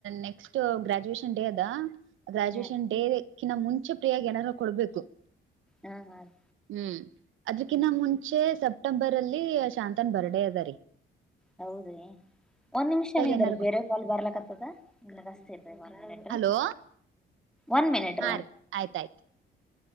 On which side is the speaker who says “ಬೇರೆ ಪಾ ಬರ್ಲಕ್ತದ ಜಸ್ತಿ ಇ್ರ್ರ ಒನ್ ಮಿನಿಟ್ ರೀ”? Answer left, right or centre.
Centre